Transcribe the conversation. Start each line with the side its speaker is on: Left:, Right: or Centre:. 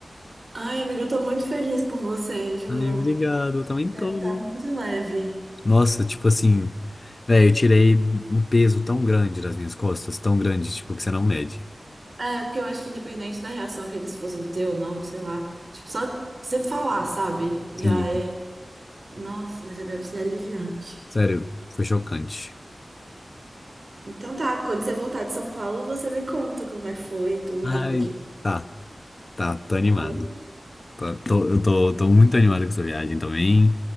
Right: Ai, amiga, eu tô muito feliz por você, juro.
Left: Ai, obrigado, eu
Right: Você
Left: também
Right: deve
Left: tô.
Right: estar muito leve.
Left: Nossa, tipo assim, velho, eu tirei um peso tão grande das minhas costas, tão grande, tipo, que você não mede.
Right: É, porque eu acho que independente da reação que eles fossem ter ou não, sei lá, tipo, só você falar, sabe?
Left: Sim,
Right: Já é. Nossa, já deve ser aliviante.
Left: sério, foi chocante.
Right: Então tá, quando você voltar de São Paulo, você me conta como é que foi tudo,
Left: Ai,
Right: com aquele.
Left: tá, tá, tô animado.
Right: Tá bem?
Left: Tô, tô- eu tô, tô muito animado com essa viagem também.